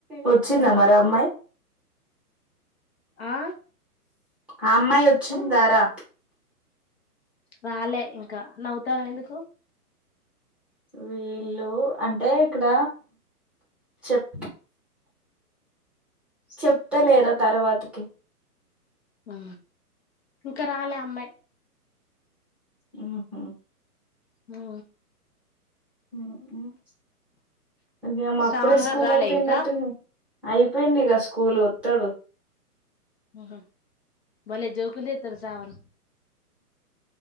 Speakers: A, in the centre; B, on the left (about 40°).
A: వచ్చిందా
B: ఆ
A: మరి అమ్మాయి
B: ఆ
A: ఆ అమ్మాయి వచ్చిందారా
B: రాలే ఇం ఇంకా, నవ్వుతానవ్ ఎందుకు
A: వీళ్ళు అంటే ఇక్కడ, చెప్ చెప్తలేరా తర్వాతకి
B: ఆ ఇంకా రాలే అమ్మాయి
A: ఉ హ్
B: ఆ
A: అేమ్ <unintelligible>
B: శ్రావణ్
A: అప్పుడే స్కూల్
B: గాడు రాలే
A: అయిపోయిందట్టుంది
B: ఇంకా
A: అయి అయిపోయింది ఇక స్కూల్ వత్తడు
B: హ భలే జోకులేతడు శ్రావణ్